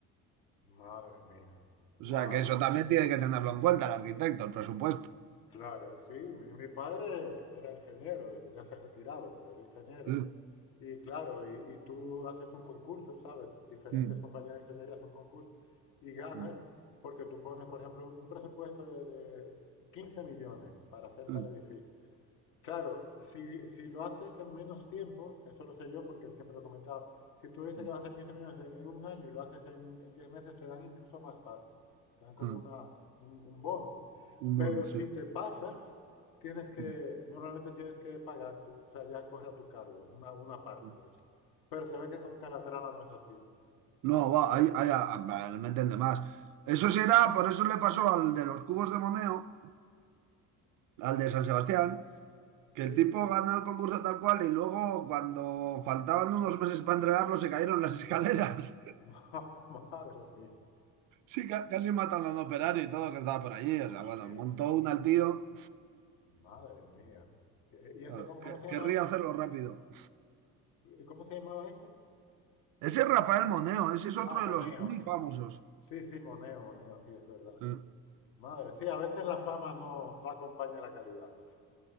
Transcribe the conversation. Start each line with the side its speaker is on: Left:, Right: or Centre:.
Left: Madre mía. Wow,
Right: O sea que
Left: eso,
Right: eso también tiene que tenerlo en cuenta el arquitecto, el presupuesto.
Left: claro, sí. Mi, mi padre era ingeniero, ya se ha retirado, pero era ingeniero.
Right: Mm,
Left: Y claro, y, y tú haces un concurso, ¿sabes? Diferentes
Right: mm,
Left: compañías de ingeniería hacen un concurso y ganas
Right: mm,
Left: porque tú pones, por ejemplo, un, un presupuesto de, de 15 millones para hacer
Right: mm,
Left: tal edificio. Claro, si, si lo haces en menos tiempo, eso lo sé yo porque él siempre lo comentaba, si tú dices
Right: mm,
Left: que vas a hacer 15 millones en, en un año y lo haces en, en 10 meses, te dan incluso más pasta, te dan como
Right: mm.
Left: una, un, un bono.
Right: Un
Left: Pero
Right: bonus,
Left: si
Right: sí.
Left: te pasas, tienes que,
Right: Mm,
Left: normalmente tienes que pagar tú, o sea, ya corre a tu cargo una, una parte
Right: mm.
Left: de eso. Pero se ve que con Calatrava no es así.
Right: No, va, ahí, ahí, ah, ah, vale, me entiende más. Eso será, por eso le pasó al de los cubos de Moneo, al de San Sebastián, que
Left: Sí,
Right: el tipo ganó el concurso tal cual y luego cuando faltaban unos meses para entregarlo se cayeron las <laughs> escaleras.
Left: <laughs> madre mía,
Right: Sí, ca- casi matan a un operario y todo que estaba por allí. O
Left: hostia,
Right: sea, bueno, montó una al tío.
Left: madre mía. y ese,
Right: Claro,
Left: cómo,
Right: que-
Left: cómo se llama
Right: querría
Left: ese?
Right: hacerlo rápido.
Left: ¿Cómo se llamaba ese?
Right: Ese es Rafael Moneo, ese es otro
Left: Ah, Moneo.
Right: de los muy famosos.
Left: Sí, sí, Moneo, Moneo, sí, es verdad.
Right: Eh,
Left: Madre, sí, a veces la fama no, no acompaña la calidad.